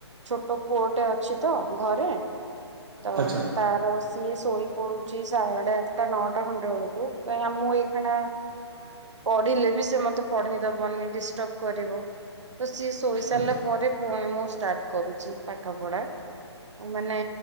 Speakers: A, on the right (about 90°); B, on the right (about 55°).
A: ଛୋଟ ପୁଅଟେ ଅଛି ତ ଘରେ ତ
B: ଆଚ୍ଛା
A: ତାର। ସିଏ ଶୋଇ ପଡୁଚି ସାଢେ ଆଠଟା ନଅଟା ଖଣ୍ଡେ ବେଳକୁ ତ ମୁଁ ଏଇ ଖାନା। ପଢିଲେ ବି ସେ ମତେ ପଢେଇ ଦବନି। ଡିଷ୍ଟର୍ବ କରିବ ତ ସିଏ ଶୋଇ ସାରିଲା
B: ଆଚ୍ଛା ଆଚ୍ଛା
A: ପରେ ପୁଣି ମୁଁ ଷ୍ଟାର୍ଟ କରୁଛି ପାଠ ପଢା ମାନେ